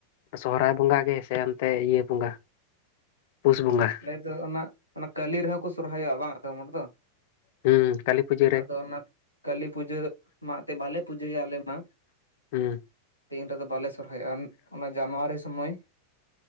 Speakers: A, on the left; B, on the left.
A: ᱥᱚᱦᱨᱟᱭ ᱵᱚᱸᱜᱟ ᱜᱮ ᱥᱮ ᱚᱱᱛᱮ ᱤᱭᱟᱹ ᱵᱚᱸᱜᱟ ᱯᱩᱥ ᱵᱚᱸᱜᱟ
B: ᱟᱞᱮ ᱫᱚ ᱚᱱᱟ ᱚᱱᱟ ᱠᱟᱹᱞᱤ ᱨᱮᱦᱚᱸ ᱠᱚ ᱥᱚᱨᱦᱟᱭᱚᱜᱼᱟ ᱵᱟᱝ ᱟᱫᱚᱢ ᱦᱚᱲ ᱫᱚ
A: ᱦᱩᱸ ᱠᱟᱹᱞᱤ ᱯᱩᱡᱟᱹ ᱨᱮ
B: ᱟᱫᱚ ᱚᱱᱟ ᱠᱟᱹᱞᱤ ᱯᱩᱡᱟᱹ ᱢᱟ ᱮᱱᱛᱮᱜ ᱵᱟᱞᱮ ᱯᱩᱡᱟᱹᱭᱟ ᱟᱞᱮ ᱢᱟ
A: ᱦᱮᱸ
B: ᱫᱤᱱ ᱨᱮᱫᱚ ᱵᱟᱞᱮ ᱥᱚᱨᱦᱟᱭᱚᱜᱼᱟ ᱚᱱᱟ ᱡᱟᱱᱩᱣᱟᱨᱤ ᱥᱚᱢᱚᱭ